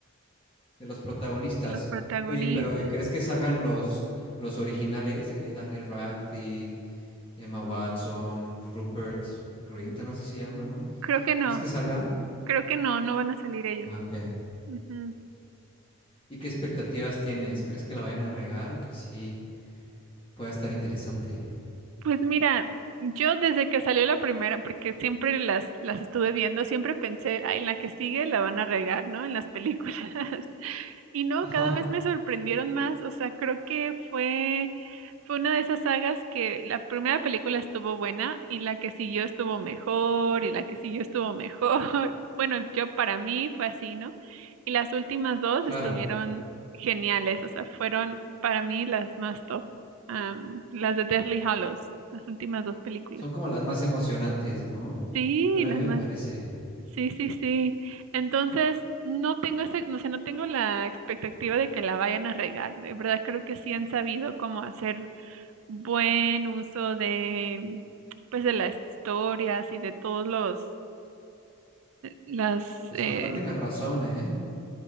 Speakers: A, on the left; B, on the right.
A: De los protagonistas.
B: de los protagonistas.
A: Oye, pero ¿y ¿crees que salgan los, los originales? De que Daniel Radcliffe, Emma Watson, Rupert Grint, algo así se llama, ¿no?
B: Creo que no,
A: ¿Crees que salgan?
B: creo que no, no van a salir ellos.
A: Ah, ok.
B: Ujú.
A: ¿Y qué expectativas tienes? ¿Crees que la vayan a regar o que sí pueda estar interesante?
B: Pues mira, yo desde que salió la primera, porque siempre las, las estuve viendo, siempre pensé, ay, en la que sigue la van a regar, ¿no? En las películas. <laughs> Y no,
A: Ajá,
B: cada vez me sorprendieron más. O sea, creo que fue, fue una de esas sagas que la primera película estuvo buena y la que siguió estuvo mejor y la que siguió estuvo mejor. <laughs> Bueno, yo para mí fue así, ¿no? Y las últimas dos
A: claro.
B: estuvieron geniales. O sea, fueron para mí las más top. Am, las de Deathly Hallows, las últimas dos películas.
A: Son como las más emocionantes, ¿no?
B: Sí,
A: Pero
B: las
A: a mí me
B: más.
A: parece.
B: Sí, sí, sí. Entonces, no tengo ese, no sé, no tengo la expectativa de que la vayan a regar. De verdad, creo que sí han sabido cómo hacer buen uso de, pues, de las historias y de todos los, las,
A: Pues
B: eh,
A: ojalá tengas razón, ¿eh?